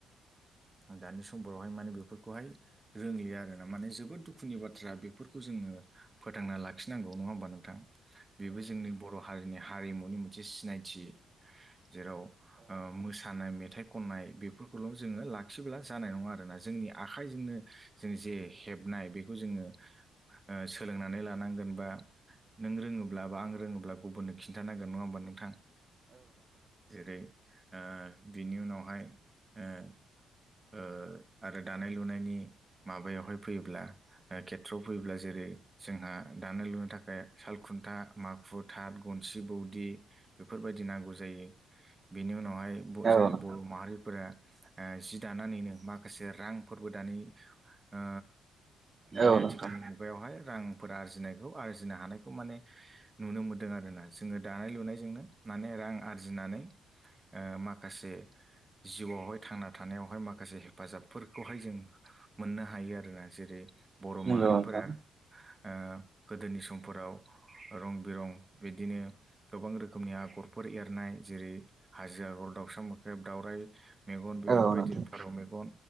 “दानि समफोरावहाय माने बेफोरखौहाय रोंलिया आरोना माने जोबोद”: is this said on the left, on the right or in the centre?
Right